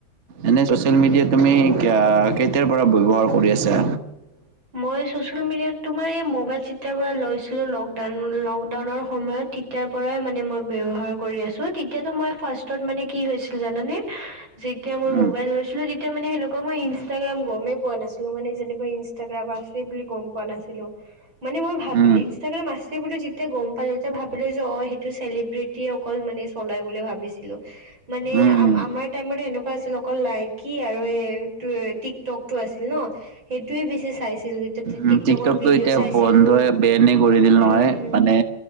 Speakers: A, on the right; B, on the right.
A: এনে চচিয়েল মিডিয়া তুমি কাঁ কেতিয়াৰ পৰা ব্যৱহাৰ কৰি আছা?
B: মই চচিয়েল মিডিয়াত তোমাৰ এই মোবাইল চিত্ৰাৰ পৰা লৈছিলো লকডাউন লকডাউনৰ সময়ত তি তিয়াৰ পৰাই মানে মই ব্যৱহাৰ কৰি আছো তেতিয়াতো মই ফাৰ্ষ্টত মানে কি হৈছিল জানানে? যেতিয়া মই
A: উম,
B: মোবাইল লৈছিলো তেতিয়া মানে সেনেকা মই ইনষ্টাগ্ৰাম গমেই পোৱা নাছিলো মানে যেনেকৈ ইন্স টাগ্ৰাম বা আছে বুলি গম পোৱা নাছিলো মানে মই ভাবি
A: উম,
B: ইনষ্টাগ্ৰাম আচ চে বুলি যেতিয়া গম পালো তেতিয়া ভাবিলো যে অ সেইটো চেলিব্ৰিটি অকল মানে চলাই বুলি ভাবিছিলো। মানে
A: উম,
B: আ
A: উম,
B: আমাৰ টাইমত সেনেকুৱা আছিল অকল লাইকি আৰু এটো টিকটকটো আছিল ন। সেইটোয়ে বেছি চাইছিলো তেতিয়া।
A: উম
B: টিকটকত
A: টিকটকটো
B: ভিডিঅ'
A: এতিয়া
B: চাইছিলো
A: বন্ধই বেনে কৰি দিল নহয়
B: উম উম
A: মানে